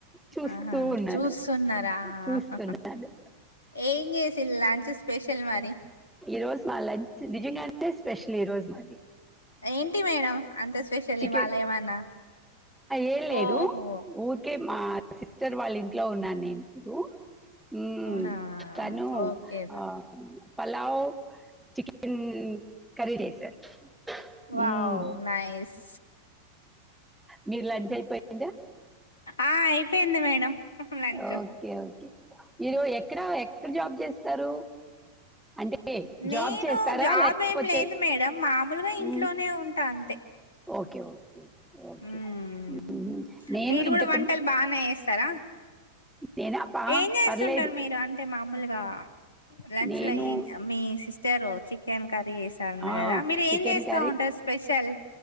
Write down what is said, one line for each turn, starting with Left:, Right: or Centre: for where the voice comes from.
Centre: చూస్తూ
Left: ఆహా
Centre: ఉన్నాను
Left: చూస్తున్నారా
Centre: చూస్తున్నాను
Left: ఆహాహా! ఏం చేసిర్రు లంచ్ స్పెషల్ మరి
Centre: ఈ రోజు మా లంచ్ నిజంగానే స్పెషల్ ఈ రోజు మాది
Left: ఏంటి మేడం అంతే స్పెషల్
Centre: చికెన్
Left: ఇవాళ ఏమన్నా
Centre: ఏం లేదు
Left: ఓహో
Centre: ఊరికే మా సిస్టర్ వాళ్ళ ఇంట్లో ఉన్నాను నేను ను హ్మ్
Left: అవునా
Centre: తను
Left: ఓకే
Centre: ఆ పలావ్ చికెన్ కర్రీ చేశారు
Left: వావ్
Centre: మ్మ్.
Left: నైస్
Centre: మీ లంచ్ అయిపోయిందా
Left: ఆ అయిపోయింది మేడం లంచ్
Centre: ఓకే ఓకే మీరు ఎక్కడ ఎక్కడ జాబ్ చేస్తారు అంటే
Left: నేను
Centre: జాబ్ చేస్తారా
Left: జాబ్
Centre: లేకపోతే
Left: ఏం లేదు మేడం మామూలుగా ఇంట్లోనే
Centre: మ్మ్.
Left: ఉంటా అంతే
Centre: ఓకే ఓకే ఓకే
Left: మ్మ్
Centre: మ్మ్. నేను
Left: మీరు
Centre: ఇంతకు
Left: కూడా వంటలు బానే చేస్తారా
Centre: నేనా పా
Left: ఏం చేస్తుంటారు
Centre: పర్లేదు
Left: మీరు అంటే మామూలుగా లంచ్
Centre: నేను
Left: లో ఏం మీ సిస్టర్ చికెన్ కర్రీ చేశారు అన్నారు
Centre: ఆ,
Left: కదా మీరు
Centre: చికెన్
Left: ఏం చేస్తా
Centre: కర్రీ
Left: ఉంటారు స్పెషల్